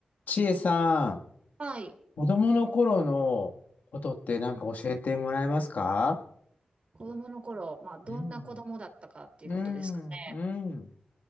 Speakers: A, on the left; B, on the right.
A: ちえさん、
B: はい。
A: 子供の頃のことってなんか教えてもらえますか
B: うん子供の頃、まあ、どんな子供だったかっていうことですかね。
A: うん。うん、うん。